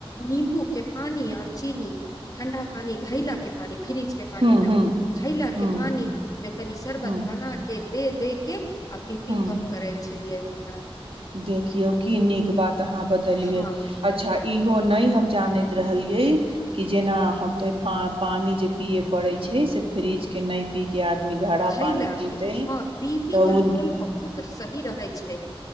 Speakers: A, on the left; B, on the right.
A: नींबू के पानी और चीनी ठण्डा पानी घैला के पानी फ्रिज के पानी
B: हूँ
A: न
B: हूँ
A: घैला
B: हूँ
A: के पानी मे तनी शरबत
B: हूँ
A: आहाँ के दे दे के आ बी पी
B: हूँ
A: कम करे छलियै हम रास्ट्रीक
B: देखियौ क ननी क बात अहाँ बतेलियै
A: हँ
B: अच्छा इहो नहि हम जानैत रहलियै कि जेना ह पा पानी जे पिये पड़े छै से फ्रिज के नइ पी के आदमी घड़ा
A: घैला
B: पानी पीते
A: के हँ बी पी
B: तऽ
A: कंट्रोल
B: ओ
A: बहुत सही रहै छै